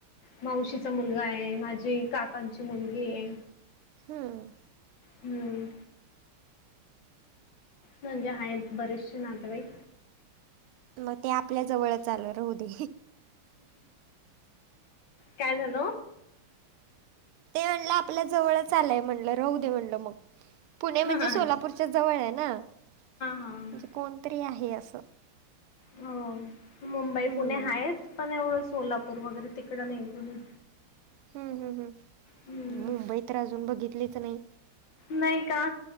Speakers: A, on the left (about 60°); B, on the right (about 85°).
A: मावशी मुलगा आहे माझी काकांची मुलगी आहे.
B: हम्म.
A: हम्म म्हणजे हायेत बरेचशे नातेवाईक.
B: मग ते आपल्या जवळच आल राहू दे.
A: काय झाल?
B: ते म्हणलं आपल्या जवळच आलय म्हणल, राहु दे म्हणल मग. पुणे म्हणजे
A: हा
B: सोलापूरच्या जवळ आहे ना म्हणजे
A: हा
B: कोणतरी आहे अस.
A: हो मुंबई,
B: हम्म
A: पुणे आहेत पण एवढ सोलापूर वगैरे तिकड नाही कोणी.
B: हम् हम् हम
A: हम्म
B: मुंबई तर अजून बघितलीच नाही.
A: नाही का